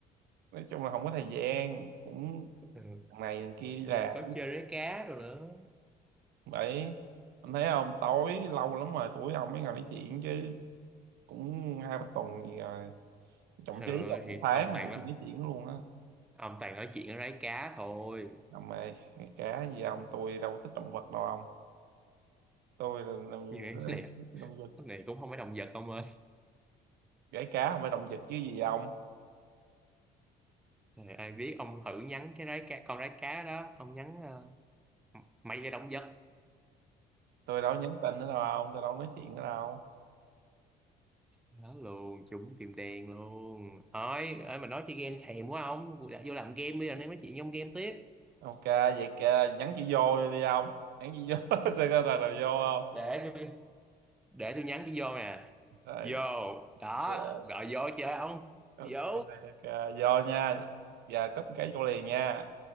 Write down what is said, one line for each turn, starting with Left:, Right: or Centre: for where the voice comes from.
Right: nói chung là không có thời gian cũng
Centre: ừ.
Right: thằng này thằng kia đi
Centre: giờ
Right: làm
Centre: có chơi rái cá rồi nữa
Right: vậy anh thấy không tối lâu lắm rồi tuổi ông mới ngồi nói chuyện chứ cũng hai ba tuần gì rồi thậm
Centre: ừ,
Right: chí là một
Centre: thì
Right: tháng
Centre: ông
Right: rồi
Centre: toàn
Right: tụi
Centre: đó
Right: tôi nói chuyện luôn á
Centre: ông toàn nói chuyện ở rái cá thôi
Right: ông ơi cá gì ông tôi đâu thích động vật đâu ông tôi là là-
Centre: nhưng mà cái này
Right: thích động vật
Centre: cái này cũng không phải động vật ông ơi
Right: gãy cá không phải động vật chứ gì ông
Centre: Trời, ai biết ông thử nhắn cái rái cá con rái cá đó ông nhắn ờ, mày là động vật
Right: tôi đâu nhắn tin nữa đâu ông tôi đâu nói chuyện nữa đâu
Centre: đó luôn trúng tim đen luôn thôi ơi mà nói chơi game thèm quá ông đã vô làm game bây giờ nên nói chuyện trong game tiếp
Right: Ok vậy kìa, nhắn chị vô đi ông nhắn chị vô <laughs> sẽ có thằng nào vô không
Centre: để tôi để tôi nhắn cái vô nè
Right: Đây,
Centre: vô đó
Right: yeah.
Centre: gọi vô chơi không?
Right: ok
Centre: vô
Right: ok vô nha Giờ cấp cái vô liền nha